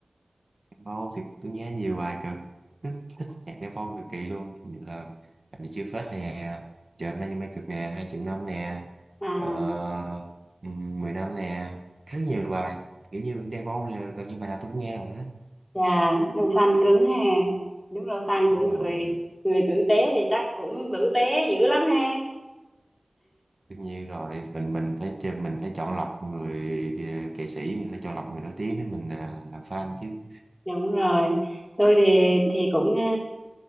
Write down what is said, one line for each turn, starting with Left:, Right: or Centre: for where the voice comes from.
Right: Vâu thì tôi nghe nhiều bài cực thích, thích nhạc Đen Vâu cực kỳ luôn như là Anh đi chưa phết nè trời hôm nay như mây cực nè hai triệu năm nè
Left: À,
Right: ờ, ừ, mười năm nè rất nhiều bài kiểu như Đen Vâu là gần như bài nào tôi cũng nghe rồi đó
Left: chà, đúng fan cứng ha. Đúng là fan
Right: đúng
Left: của người
Right: rồi
Left: người tử tế thì chắc cũng tử tế dữ lắm ha.
Right: tất nhiên rồi mình mình phải chơi mình phải chọn lọc người kì- nghệ sĩ mình phải chọn lọc người nổi tiếng để mình à, làm fan chứ
Left: Đúng rồi. Tôi thì thì cũng ờ,